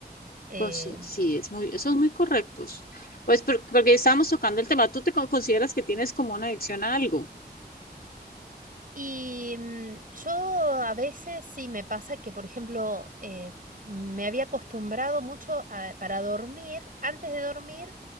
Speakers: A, on the right; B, on the left.
A: Eh,
B: pues, sí, sí, es muy, eso es muy correctos. Pues por- porque estábamos tocando el tema, ¿tú te co- consideras que tienes como una adicción a algo?
A: y mm, yo a veces sí me pasa que, por ejemplo, eh, me había acostumbrado mucho a- para dormir, antes de dormir,